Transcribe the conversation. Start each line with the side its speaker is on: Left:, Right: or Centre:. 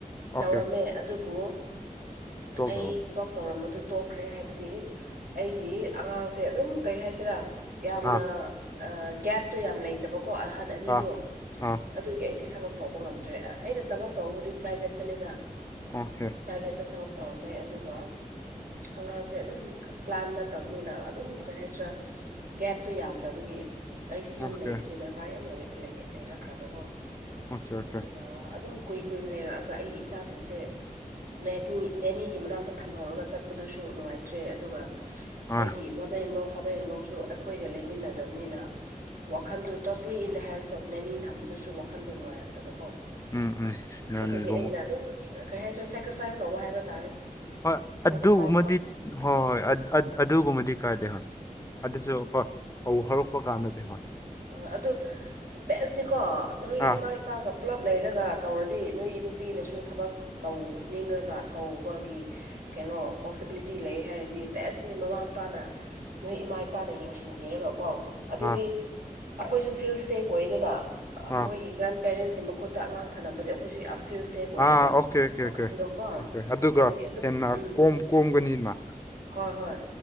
Left: ꯑꯣꯀꯦ
Right: ꯇꯧꯔꯝꯃꯦ ꯑꯗꯨꯕꯨ
Left: ꯇꯧꯈ꯭ꯔꯕꯣ
Right: ꯑꯩ ꯊꯕꯛ ꯇꯧꯔꯝꯕꯗꯨ ꯇꯣꯛꯈ꯭ꯔꯦ ꯍꯥꯏꯕꯗꯤ ꯑꯩꯒꯤ ꯑꯉꯥꯡꯁꯦ ꯑꯗꯨꯝ ꯀꯔꯤ ꯍꯥꯏꯁꯤꯔꯥ ꯌꯥꯝꯅ
Left: ꯑꯥ
Right: ꯒꯦꯞꯇꯣ ꯌꯥꯝ ꯂꯩꯇꯕꯀꯣ ꯑꯍꯟ ꯑꯅꯤꯗꯣ꯫
Left: ꯑꯥ ꯑꯥ
Right: ꯑꯗꯨꯒꯤ ꯑꯩꯁꯦ ꯊꯕꯛ ꯇꯧꯕ ꯉꯝꯗ꯭ꯔꯦ ꯑꯩꯅ ꯊꯕꯛ ꯇꯧꯕꯗꯤ ꯄ꯭ꯔꯥꯏꯚꯦꯠꯇꯅꯤꯗ꯫
Left: ꯑꯣꯀꯦ
Right: ꯄ꯭ꯔꯥꯏꯚꯦꯠꯇ ꯊꯕꯛ ꯇꯧꯔꯝꯃꯦ ꯑꯗꯨꯒ ꯑꯉꯥꯡꯁꯦ ꯑꯗꯨꯝ ꯄ꯭ꯂꯥꯟ ꯅꯠꯇꯕꯅꯤꯅ ꯑꯗꯨꯝ ꯀꯔꯤ ꯍꯥꯏꯁꯤꯔꯥ ꯒꯦꯞꯇꯨ ꯌꯥꯝꯗꯕꯒꯤ ꯑꯩꯁꯤ ꯌꯨꯝ
Left: ꯑꯣꯀꯦ
Right: ꯂꯩꯕꯁꯤ ꯗꯔꯀꯥꯔ ꯌꯥꯝ ꯂꯣꯏ ꯂꯩꯔꯛꯈ꯭ꯔꯕꯀꯣ꯫
Left: ꯑꯣꯀꯦ ꯑꯣꯀꯦ
Right: ꯑꯗꯨꯒ ꯑꯗꯨꯝ ꯀꯨꯏ ꯀꯨꯏꯅ ꯂꯩꯔꯛꯑꯒ ꯑꯩꯒꯤ ꯏꯆꯥꯁꯤꯡꯁꯦ <unintelligible> ꯅꯦꯅꯤꯒꯤ ꯃꯅꯥꯛꯇ ꯊꯝꯍꯧꯔꯒ ꯆꯠꯄꯗꯨꯁꯨ ꯅꯨꯡꯉꯥꯏꯇ꯭ꯔꯦ ꯑꯗꯨꯒ
Left: ꯑꯥ
Right: ꯑꯩꯒꯤ ꯃꯥꯗꯔ ꯏꯟ ꯂꯣ ꯐꯥꯗꯔ ꯏꯟ ꯂꯣꯁꯨ ꯑꯩꯈꯣꯏꯒ ꯂꯩꯃꯤꯟꯅꯗꯕꯅꯤꯅ ꯋꯥꯈꯟꯗꯣ ꯇꯣꯇꯂꯤ ꯏꯟ ꯗ ꯍꯦꯟꯁ ꯑꯣꯐ ꯅꯦꯅꯤ ꯊꯝꯕꯗꯨꯁꯨ ꯋꯥꯈꯟꯗꯣ ꯅꯨꯡꯉꯥꯏꯔꯛꯇꯕꯀꯣ꯫
Left: ꯎꯝ ꯎꯝ ꯅꯅꯤꯒꯨꯝ
Right: ꯑꯗꯨꯒꯤ ꯑꯩꯅ ꯑꯗꯨꯝ ꯀꯔꯤ ꯍꯥꯏꯁꯤꯔꯦ ꯁꯦꯀ꯭ꯔꯤꯐꯥꯏꯁ ꯇꯧꯕ ꯍꯥꯏꯕ ꯇꯥꯔꯦ꯫
Left: ꯍꯣꯏ
Right: ꯁꯦꯀ꯭ꯔꯤꯐꯥꯏꯁ
Left: ꯑꯗꯨꯒꯨꯝꯃꯗꯤ
Right: ꯇꯧ
Left: ꯍꯣꯏ ꯍꯣꯏ ꯑꯗꯨꯒꯨꯝꯕꯗꯤ ꯀꯥꯏꯗꯦ ꯍꯣꯏ꯫ ꯑꯗꯨꯁꯨ ꯍꯣꯏ ꯍꯧ ꯍꯧꯔꯛꯄ ꯀꯥꯟꯗꯗꯤ ꯍꯣꯏ꯫
Right: ꯍꯣꯏ ꯑꯗꯨ ꯕꯦꯁꯇꯤꯀꯣ ꯅꯣꯏ
Left: ꯑꯥ
Right: ꯏꯃꯥꯏ ꯏꯄꯥꯒ ꯄꯨꯜꯂꯞ ꯂꯩꯔꯒ ꯇꯧꯔꯗꯤ ꯅꯣꯏ ꯅꯨꯄꯤꯅꯁꯨ ꯊꯕꯛ ꯇꯧꯅꯤꯡꯔꯒ ꯇꯧꯕꯒꯤ ꯀꯩꯅꯣ ꯄꯣꯁꯤꯕꯤꯂꯤꯇꯤ ꯂꯩ ꯍꯥꯏꯔꯗꯤ ꯕꯦꯁꯁꯤ ꯃꯃꯥ ꯃꯄꯥꯅ ꯅꯣꯏ ꯏꯃꯥ ꯏꯄꯥꯅ ꯌꯦꯡꯁꯤꯟꯕꯤꯔꯒꯀꯣ ꯑꯗꯨꯗꯤ
Left: ꯑꯥ
Right: ꯑꯩꯈꯣꯏꯁꯨ ꯐꯤꯜ ꯁꯦꯐ ꯑꯣꯏꯗꯅ
Left: ꯑꯥ
Right: ꯃꯣꯏꯒꯤ ꯒ꯭ꯔꯥꯟ ꯄꯦꯔꯦꯟꯁꯀꯤ ꯃꯈꯨꯠꯇ ꯑꯉꯥꯡ ꯊꯅꯕꯗꯤ ꯑꯩꯈꯣꯏꯁꯨ ꯌꯥꯝ ꯐꯤꯜ ꯁꯦꯐ ꯑꯣꯏꯌꯦꯕ
Left: ꯑꯥ ꯑꯣꯀꯦ ꯑꯣꯀꯦ
Right: ꯋꯥꯈꯜꯗꯣꯀꯣ
Left: ꯑꯣꯀꯦ ꯑꯣꯀꯦ ꯑꯗꯨꯒ
Right: ꯑꯗꯨꯗꯤ ꯑꯗꯨꯝ
Left: ꯍꯦꯟꯅ
Right: ꯎꯝ
Left: ꯀꯣꯝ ꯀꯣꯝꯒꯅꯤꯅ꯫
Right: ꯍꯣꯏ ꯍꯣꯏ